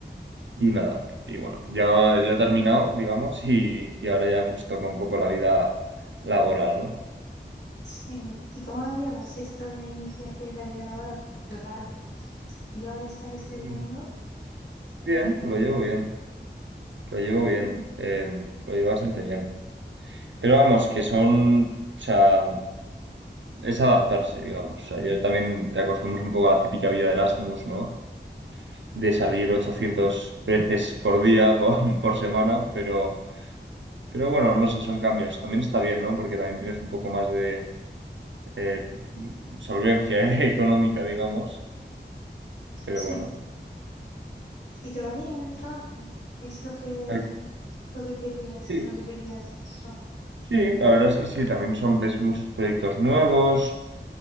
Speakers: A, on the right; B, on the left.
A: y nada, y bueno, ya, ya he terminado, digamos, y, y ahora ya pues toca un poco la vida laboral, ¿no?
B: Sí. ¿Y cómo lo llevas esto de iniciarte en la vida laboral? Porque claro, yo al estar estudiando...
A: Mm, Bien,
B: Eh,
A: lo llevo bien, lo llevo bien,
B: mm,
A: eh, lo llevo bastante bien. Pero vamos, que son, o sea, es adaptarse, digamos, o sea, yo también te acostumbras un poco a la típica vida de Erasmus, ¿no? de salir 800 veces por día, <laughs> por, por semana, pero, pero bueno, no sé, son cambios. También está bien, ¿no? Porque también tienes un poco más de eh, solvencia <laughs> económica, digamos, pero
B: Sí,
A: bueno.
B: ¿Y te va bien en el trabajo? Es lo que,
A: Eh,
B: lo que querías,
A: Sí,
B: lo que querías trabajar.
A: sí, la verdad es que sí, también son, ves muchos proyectos nuevos.